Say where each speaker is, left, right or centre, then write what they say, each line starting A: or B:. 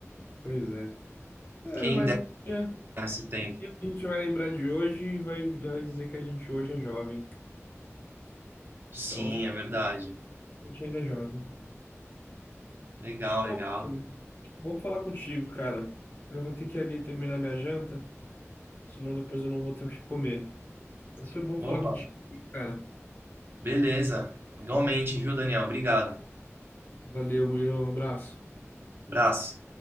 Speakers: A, on the left (about 45°); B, on the right (about 45°).
A: Pois é. É,
B: Quem
A: mas
B: dera
A: um dia,
B: esse tempo.
A: um dia a gente vai lembrar de hoje e vai, vai dizer que a gente hoje é jovem.
B: Sim,
A: Então,
B: é verdade.
A: a gente ainda é jovem.
B: Legal,
A: Ô,
B: legal.
A: Bruno, bom falar contigo, cara. Eu vou ter que ir ali terminar minha janta, senão depois eu não vou ter o que comer. Mas foi bom falar
B: Opa,
A: contigo, cara.
B: beleza. Igualmente, viu, Daniel? Obrigado.
A: Valeu, Murilo. Um abraço.
B: Abraço.